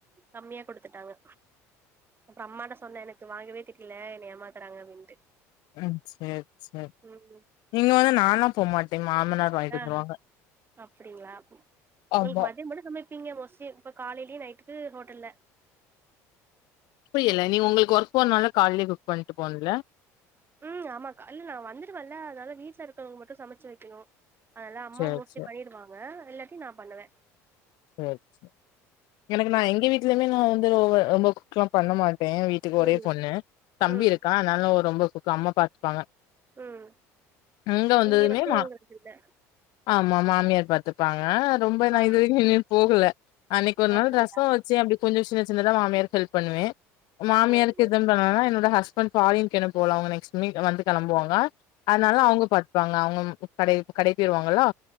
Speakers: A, on the right; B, on the left.
A: கம்மியா குடுத்துட்டாங்க அப்பறோ அம்மாட்ட சொன்ன எனக்கு வாங்கவே தெரில என்ன ஏமாத்துறாங்க அப்டின்ட்டு
B: ம் சேர் சேர்
A: ம்
B: இங்க வந்து நாலா போமாட்டே மாமனார் வாங்கிட்டு
A: ஆ
B: வந்துருவாங்க
A: நா அப்டிங்களா உங்களுக்கு
B: ஆமா
A: மதியோ மட்டு சம பீங்க மோஸ்ட்லி இப்ப காலைலியு நைட்டுக்கு ஹோட்டல்ல
B: புரியல்ல நீங்க உங்களுக்கு ஒர்க் போறனால காலைலயே குக் பண்ட்டு போணுல்ல
A: ம் ஆமாக்கா இல்ல நா வந்துடுவல்ல அதனால வீட்டுல இருக்கறவங்க மட்டு சமச்சு வெக்கணு அதல்லா அம்மா
B: சேர்
A: மோஸ்ட்லி
B: சேர்
A: பண்ணிடுவாங்க இல்லாட்டி நா பண்ணுவ
B: சேர் சேர் எனக்கு நா எங்க வீட்லயுமே நா வந்து <unintelligible> ரொம்ப குக்லா பண்ண மாட்டே வீ துக்கு
A: ம்
B: ஒரே பொண்ணு தம்பி
A: ம்
B: இருக்கா அதனால <unintelligible> ரொம்ப புக்கு அம்மா பாத்துப்பாங்க
A: ம்
B: இங்க வந்ததுமே
A: இங்கே வந்து
B: மா
A: உங்களுது இல்ல
B: ஆமா மாமியார் பாத்துப்பாங்க ரொம்ப
A: ஆ
B: நா இதுவரைக்கு <inaudible> போகல அன்னைக்கு ஒரு
A: அப்டியா
B: நாள் ரசோ வச்சி அப்படி கொஞ்சோ சின்ன சின்னதா மாமியாருக்கு ஹெல்ப் பண்ணுவே மாமியாருக்கு
A: ஓகே ஓகே
B: <unintelligible> அனா என்னோட ஹஸ்பண்ட் பாரின் <unintelligible> போல அவங்க நெக்ஸ்ட் வீக் வந்து கெளம்புவாங்க அதனால
A: ம்
B: அவுங்க பாத் பாங்க அவுகுங் கடை கடைப்போயிருவாங்கள்ளா